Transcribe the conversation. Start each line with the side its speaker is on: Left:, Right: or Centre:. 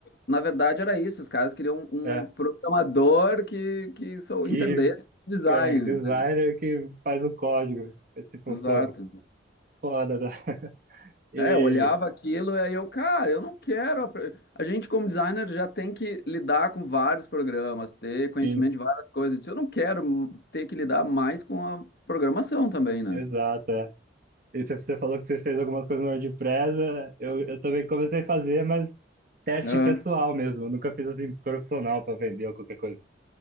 Left: na verdade era isso, os caras queriam um
Right: É,
Left: um programador que que sou
Right: que
Left: entendesse design,
Right: é, designer
Left: né?
Right: que faz o código. É tipo,
Left: Exato.
Right: pô, foda, né? <laughs> E
Left: É, eu olhava aquilo e aí eu, cara, eu não quero. apre- A gente, como designer, já tem que lidar com vários programas, ter
Right: sim.
Left: conhecimento de várias coisas. Eu disse, eu não quero hum, ter que lidar mais com a programação também, né?
Right: Exato. é. E você você falou que você fez algumas coisas no WordPress, é, eu, eu também comecei a fazer, mas teste
Left: Ah,
Right: pessoal mesmo. Eu nunca fiz assim profissional para vender ou qualquer coisa.